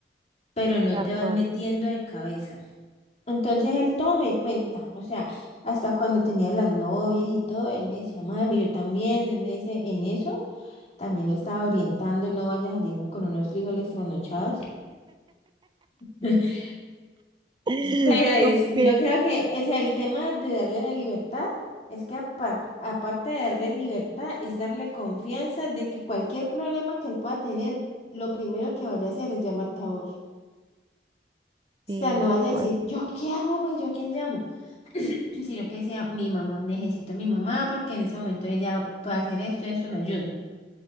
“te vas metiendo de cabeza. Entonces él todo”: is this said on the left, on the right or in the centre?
Left